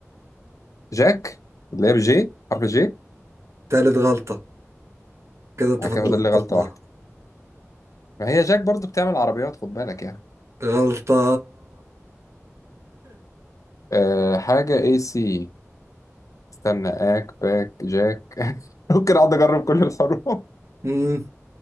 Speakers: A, on the left; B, on the right.
A: جاك اللي هي بجي حرف جي
B: تالت غلطة كده انت
A: انا
B: فاضل
A: كده فاضل
B: لك
A: لي غلطه
B: غلطة واحدة.
A: واحده ما هي جاك برضو بتعمل عربيات خد بالك يعني
B: غلطة
A: آه حاجه اي سي استنى اك باك جاك <laughs> ممكن اقعد اجرب كل الحروف
B: مم.